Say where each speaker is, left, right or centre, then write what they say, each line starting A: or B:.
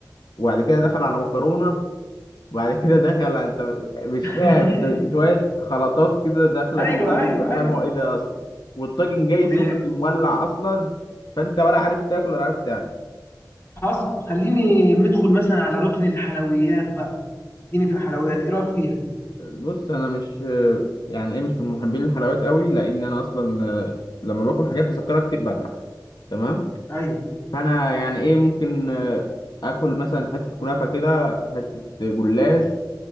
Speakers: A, on the left; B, on the left.
A: وبعد كده دخل على مكرونه وبعد كده دخل انت مش
B: <laughs>
A: فاهم انت شويه خلطات كده داخله
B: ايوه
A: بقك
B: ايوه
A: انت مش
B: ايوه
A: فاهم هو ايه ده اصلا والطاجن جاي
B: ب-
A: سخن مولع اصلا فانت ولا عارف تاكل ولا عارف تعمل
B: حصل خليني ندخل مثلا على ركن الحلويات بقى اديني في الحلويات ايه رايك فيها
A: بص انا مش يعني ايه مش من محبين الحلويات قوي لان انا اصلا آه، لما باكل حاجات مسكره كتير بتعب تمام
B: ايوه
A: فانا يعني ايه ممكن آه، اكل مثلا حته كنافه كده حته جلاش